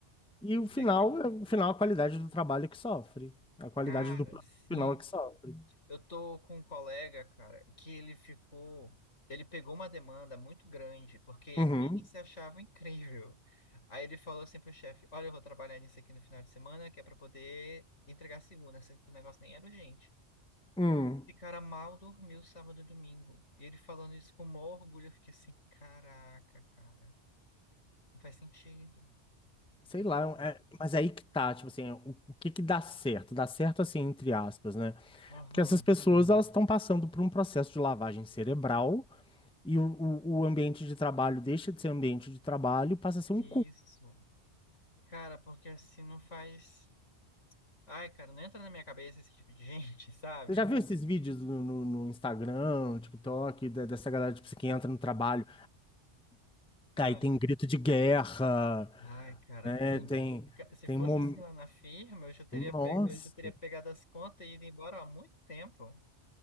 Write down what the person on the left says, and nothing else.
Aí, ca-
Cara,
sim.
Eu tô com um colega, cara, que ele ficou. Ele pegou uma demanda muito grande, porque
ele se achava incrível. Aí ele falou assim pro chefe: Olha, eu vou trabalhar nisso aqui no final de semana, que é pra poder entregar segunda, sendo que o negócio nem era urgente.
E cara mal dormiu sábado e domingo. E ele falando isso com maior orgulho, eu fiquei assim: Caraca, cara, não faz sentido.
Entendeu?
Aham,
isso.
Cara, porque assim não faz. Ai, cara, não entra na minha cabeça esse tipo de gente, <laughs> sabe?
Ah,
ai, cara,
pelo amor
de Deus. Se
fosse
assim lá na firma, eu já teria,
pe... eu já teria pegado as contas e ido embora há muito tempo.